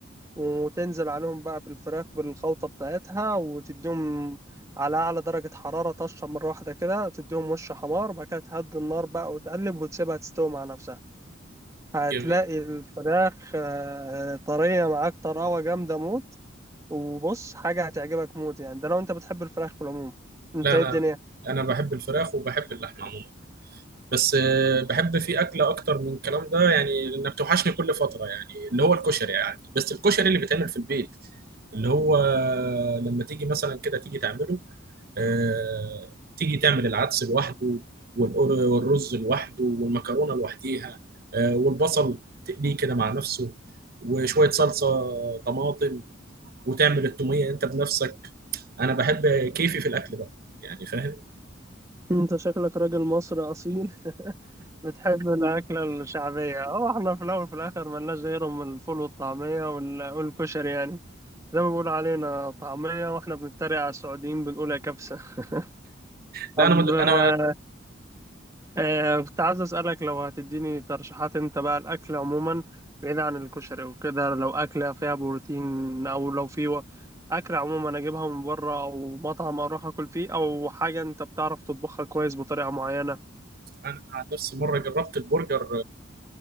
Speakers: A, on the right; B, on the right.
A: وتنزل عليهم بقى بالفراخ بالخلطة بتاعتها وتديهم على أعلى درجة حرارة طشة مرة واحدة كده تديهم وش حمار وبعد كده تهدي النار بقى وتقلب وتسيبها تستوي مع نفسها هتلاقي
B: جميل
A: الفراخ آه، طرية معاك طراوة جامدة موت وبص حاجة هتعجبك موت يعني ده لو انت بتحب الفراخ في العموم انت
B: لا
A: ايه
B: انا
A: الدنيا
B: انا بحب الفراخ وبحب اللحمه عموما. بس آه، بحب فيه أكلة أكتر من الكلام ده يعني لأنها بتوحشني كل فترة يعني اللي هو الكشري يعني بس الكشري اللي بيتعمل في البيت اللي هو لما تيجي مثلا كده تيجي تعمله آه، تيجي تعمل العدس لوحده والقر- والرز لوحده والمكرونة لوحديها آه، والبصل تقليه كده مع نفسه وشوية صلصة طماطم وتعمل التومية أنت بنفسك أنا بحب كيفي في الأكل ده يعني فاهم
A: انت شكلك راجل مصري اصيل <laughs> بتحب الاكله الشعبيه اه احنا في الاول وفي الاخر ملناش غيرهم من الفول والطعميه وال- والكشري يعني زي ما بيقولوا علينا طعميه واحنا بنتريق على السعوديين بنقول يا كبسه <laughs>
B: لا
A: طب
B: أنا مد... أنا
A: آه، آه، كنت عايز أسألك لو هتديني ترشيحات أنت بقى الأكل عموما بعيد عن الكشري وكده لو أكلة فيها بروتين أو لو في و- أكل عموما أجيبها من بره أو مطعم أروح أكل فيه أو حاجة أنت بتعرف تطبخها كويس بطريقة معينة
B: انا عن نفسي مره جربت البرجر